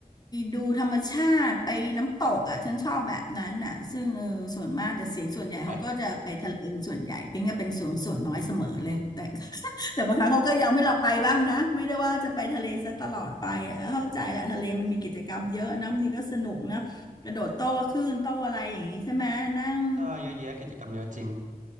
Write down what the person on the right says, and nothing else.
เห็นไหม
ใช่เยอะแยะกิจกรรมเยอะจริง